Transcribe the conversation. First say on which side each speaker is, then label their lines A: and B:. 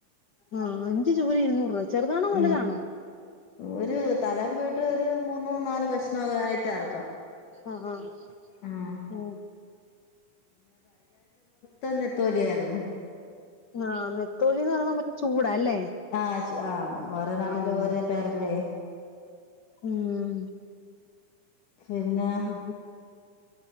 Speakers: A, on the left (about 65°); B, on the left (about 80°).
A: ആഹ അഞ്ച ചൂര ഇരുന്നൂറ് രൂപ ചെറുതാണോ വലുതാണോ
B: ഉം ഒരു തലം പോയിട്ട് ഒരു മൂന്നു നാലു കഷ്ണമെ ആയിട്ട് അറക്കാം
A: ആഹ ആഹ
B: ആഹ്
A: ഉ
B: തന്നെ തോല ആായിരുന്നു
A: ആഹ് നെത്തോലിന്ന് പറയുമ്പോ മറ്റേ ചൂടാല്ലേ
B: ആ ആഹ ഓരേ നാട്ടിൽ
A: ആഹ്
B: ഓരേ പേരല്ലേ
A: ഉം
B: പിന്നെ
A: ഉ